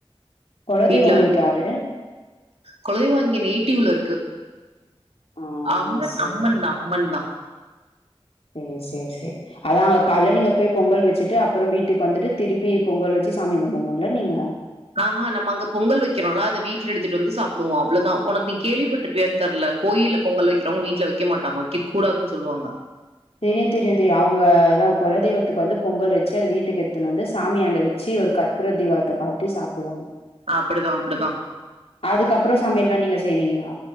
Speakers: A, on the left; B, on the right.
A: குலதெய்வம்
B: வீட்ல
A: உங்களுக்கு
B: வெக்க மா
A: யாரு?
B: கொழதெய்வோ எங்க நேட்டிவ்ல இருக்கு
A: ஆ
B: அம்மன்
A: சேரி
B: அம்மன் தா அம்மன்தா
A: சேர் சேர் சேர் அதா அங்க காலைல நீங்க போய் பொங்கல் வெச்சுட்டு அப் அப்றோ வீட்டுக்கு வந்துட்டு திருப்பி பொங்கல் வெச்சி சாமி கும்பிண்ணுல்ல நீங்க
B: ஆஹா நம்ம அங்க பொங்கல் வெக்கிறோல்ல அத வீட்ல எடுத்திட்டு வந்து சாப்டுவோ அவ்ளோதா ஒனக்கு நீ கேள்விப்பட்டுருப்பியான்னு தெர்ல கோயில்ல பொங்கல் வெக்கிறவங்க வீட்ல வெக்க மாட்டாங்க வெக்க கூடாதுன்னு சொல்லுவாங்க
A: தெரியு தெரியு தெரியு அவுங்க அதா கொலதெய்வத்துக்கு வந்து பொங்கல் வெச்சு அது வீட்டுக்கு எடுத்துன்னு வந்து சாமி அ வெச்சு ஒரு கற்பூர தீபராத்த காத்தி சாப்பிடுவாங்க
B: அப்படிதான் அப்படிதான்
A: அதுக்கப்றோ சமையல்லா நீங்க செய்வீங்களா